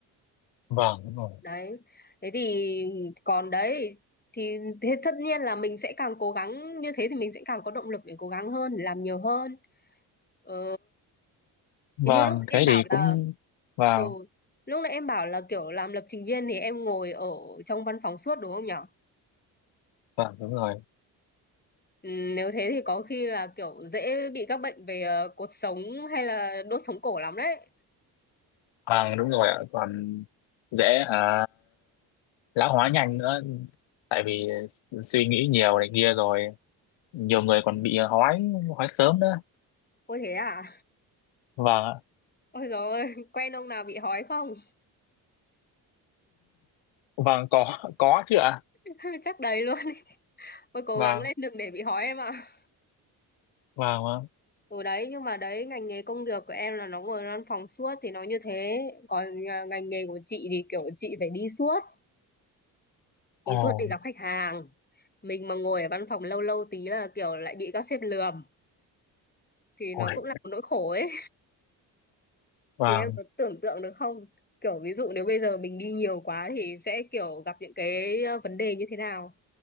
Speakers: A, on the left; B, on the left.
A: vâng đúng rồi
B: đấy thế thì còn đấy thì thế tất nhiên là mình sẽ càng cố gắng như thế thì mình sẽ càng có động lực để cố gắng hơn để làm nhiều hơn ừ
A: vâng
B: thế như lúc em
A: thế
B: bảo
A: thì
B: là
A: cũng vâng
B: ừ lúc nãy em bảo là kiểu làm lập trình viên thì em ngồi ở trong văn phòng suốt đúng không nhỉ
A: vâng đúng rồi
B: Ừ, nếu thế thì có khi là kiểu dễ bị các bệnh về ờ, cột sống hay là đốt sống cổ lắm đấy.
A: vâng đúng rồi ạ còn dễ hả lão hóa nhanh nữa tại vì suy nghĩ nhiều này kia rồi nhiều người còn bị hói hói sớm nữa
B: Ôi thế à?
A: vâng ạ.
B: Ôi dồi ôi, quen ông nào bị hói không?
A: vâng có có chứ ạ
B: <laughs> Chắc đầy luôn. ý. Ôi cố
A: vâng
B: gắng lên đừng để bị hói em ạ.
A: vâng vâng.
B: Ừ đấy, nhưng mà đấy, ngành nghề công việc của em là nó ngồi văn phòng suốt thì nó như thế. Còn à, ngành nghề của chị thì kiểu chị phải đi suốt, đi
A: ồ
B: suốt đi gặp khách hàng. Mình mà ngồi ở văn phòng lâu lâu tí là kiểu lại bị các sếp lườm. Thì
A: ôi
B: nó cũng là một nỗi khổ ấy.
A: vâng
B: Thì em có tưởng tượng được không? Kiểu ví dụ nếu bây giờ mình đi nhiều quá thì sẽ kiểu gặp những cái ờ, vấn đề như thế nào?